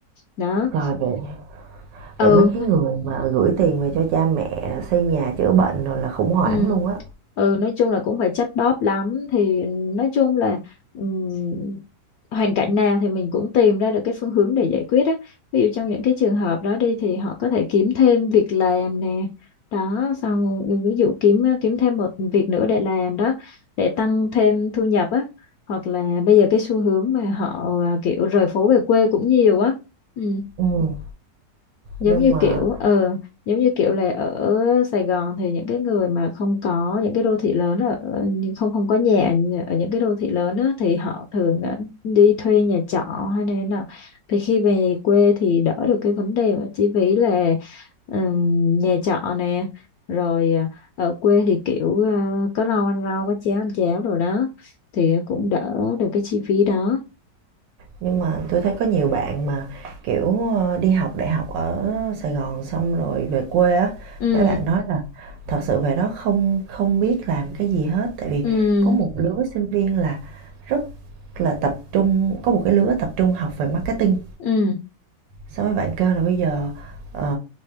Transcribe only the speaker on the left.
đó
ừ
Ừ.
ừ nói chung là cũng phải chắt bóp lắm thì nói chung là ừm, hoàn cảnh nào thì mình cũng tìm ra được cái phương hướng để giải quyết á ví dụ trong những cái trường hợp đó đi thì họ có thể kiếm thêm việc làm nè đó xong rồi ví dụ kiếm kiếm thêm một việc nữa để làm đó để tăng thêm thu nhập á hoặc là bây giờ cái xu hướng mà họ à, kiểu rời phố về quê cũng nhiều á ừ
giống
như kiểu
ờ giống như kiểu là ở Sài Gòn thì những cái người mà không có những cái đô thị lớn ở ở- nhưng không không có nhà nh- ở những cái đô thị lớn á, thì họ thường ờ, đi thuê nhà trọ hay này thế nào thì khi về quê thì đỡ được cái vấn đề mà chi phí là ừm, nhà trọ nè rồi ờ, ở quê thì kiểu ờ, có rau ăn rau có cháo ăn cháo rồi đó thì cũng đỡ được cái chi phí đó
ừ
ừ
ừ